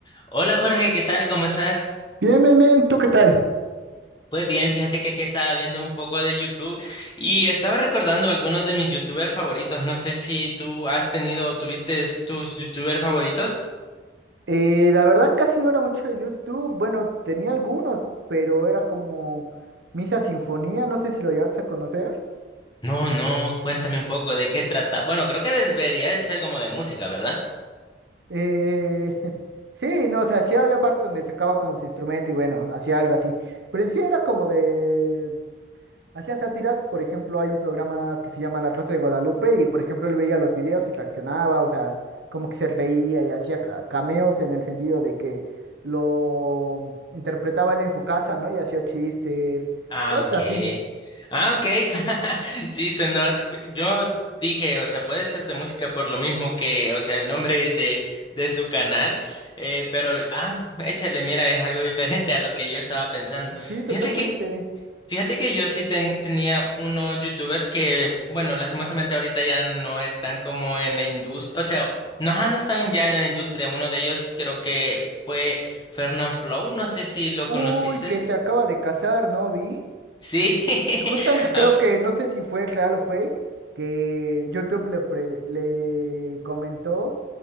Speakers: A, on the left; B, on the right.
A: Hola Jorge, ¿qué tal? ¿Cómo estás?
B: Bien, bien, bien, ¿tú qué tal?
A: Pues bien, fíjate que aquí estaba viendo un poco de YouTube y estaba recordando algunos de mis YouTubers favoritos. No sé si tú has tenido o tuviste tus YouTubers favoritos.
B: Eh, la verdad casi no era mucho de YouTube, bueno, tenía algunos, pero era como Misa Sinfonía, no sé si lo llegaste a conocer.
A: No, no, cuéntame un poco de qué trata. Bueno, creo que debería de ser como de música, ¿verdad?
B: Eh, <laughs> sí, no, o sea, sí había partes donde sacaba como su instrumento y bueno, hacía algo así, pero en sí era como de Hacía sátiras, por ejemplo, hay un programa que se llama La Rosa de Guadalupe y, por ejemplo, él veía los videos y reaccionaba, o sea, como que se reía y hacía ca- cameos en el sentido de que lo interpretaba él en su casa, ¿no? Y hacía chistes,
A: Ah,
B: cosas
A: ok.
B: así.
A: Ah, ok. <laughs> Sí, suena más. Yo dije, o sea, puede ser de música por lo mismo que, o sea, el nombre de, de su canal, eh, pero, ah, échale, mira, es algo diferente a lo que yo estaba pensando.
B: Sí, totalmente.
A: Fíjate que, fíjate que yo sí ten- tenía unos youtubers que, bueno, lastimosamente ahorita ya no están como en la industria, o sea, no, ajá, no están ya en la industria. Uno de ellos creo que fue Fernand Flow, no sé si lo
B: Uy,
A: conociste.
B: que se acaba de casar, ¿no? Vi.
A: Sí, <laughs>
B: Justamente creo
A: a
B: que, no sé si fue real o fake, que YouTube le, pre- le comentó